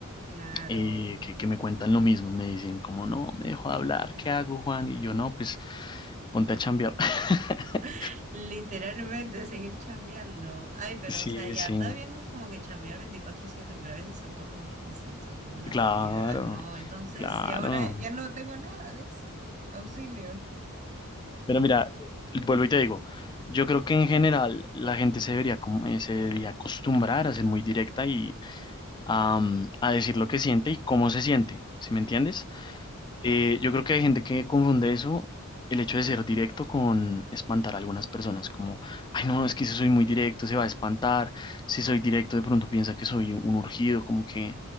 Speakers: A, on the right; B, on the left.
A: claro.
B: eh, que, que me cuentan lo mismo, me dicen como, no, me dejo de hablar, ¿qué hago, Juan? Y yo, no, pues ponte a chambear. <laughs>
A: <laughs> Literalmente seguir chambeando. Ay, pero
B: Sí,
A: o sea, ya
B: sí,
A: está bien como que chambear veinticuatro siete, pero a veces se antojan unos besitos o una
B: claro.
A: salida, ¿no? Entonces,
B: Claro.
A: y ahora ya no tengo nada de eso. Auxilio.
B: Pero mira, vuelvo y te digo, yo creo que en general la gente se debería, como- eh, se debería acostumbrar a ser muy directa y am, a decir lo que siente y cómo se siente, ¿sí me entiendes? Eh, yo creo que hay gente que confunde eso, el hecho de ser directo con espantar a algunas personas, como, ay no, es que si soy muy directo se va a espantar, si soy directo de pronto piensa que soy un urgido, como que